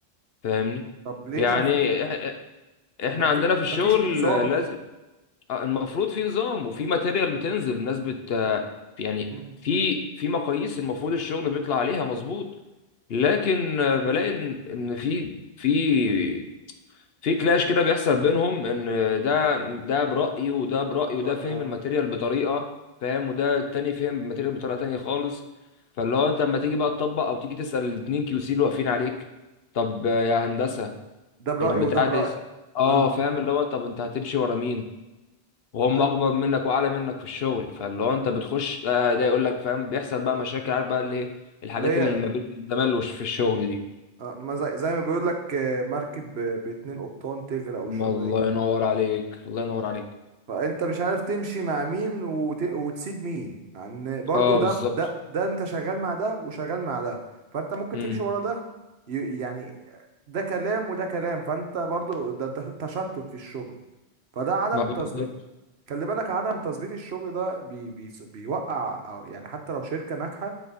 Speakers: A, on the left (about 65°); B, on the right (about 75°).
A: فاهمني
B: طب ليه
A: يعني
B: ما في
A: إح-
B: طب
A: احنا
B: ما
A: عندنا
B: في
A: في الشغل
B: ما فيش نظام
A: لازم آه، المفروض في نظام وفي ماتيريال بتنزل الناس بت آه، يعني
B: <laughs> مم،
A: في في مقاييس المفروض الشغل بيطلع عليها مظبوط لكن آه، بلاقي ان إن في في في كلاش كده بيحصل بينهم ان آه، ده ده برأيي وده برأيي
B: طب
A: وده
B: رأي-
A: فهم
B: آه.
A: الماتيريال بطريقة فاهم وده التاني فهم الماتيريال بطريقة تانية خالص فاللي هو انت لما تيجي بقى تطبق او تيجي تسأل الاتنين كيو سي اللي واقفين عليك طب آه، يا هندسة
B: ده برأيي
A: البتاع
B: وده برأيي
A: ده اه
B: اه
A: فاهم اللي هو طب انت هتمشي ورا مين وهم
B: أي.
A: اكبر منك واعلى منك في الشغل فاللي هو انت بتخش آه، ده يقول لك فاهم بيحصل بقى مشاكل عارف بقى اللي إيه، الحاجات
B: ليه
A: اللي ما بين الزمال وش- في الشغل دي
B: آه. ما زي... زي ما بيقول لك آه، مركب ب- باتنين قبطان تغرق والشغله
A: ما الله
B: دي
A: ينور عليك الله ينور عليك
B: فانت مش عارف تمشي مع مين وت... وتسيب مين يعني برضو
A: اه
B: ده
A: بالظبط
B: ده ده انت شغال مع ده وشغال مع ده فانت ممكن
A: امم
B: تمشي ورا ده ي... يعني ده كلام وده كلام فانت برضو ده ت- تشتت في الشغل فده عدم
A: ما
B: تظبيط
A: بالظبط
B: خلي بالك عدم تظبيط الشغل ده بي... بي... بيوقع أو يعني حتى لو شركة ناجحة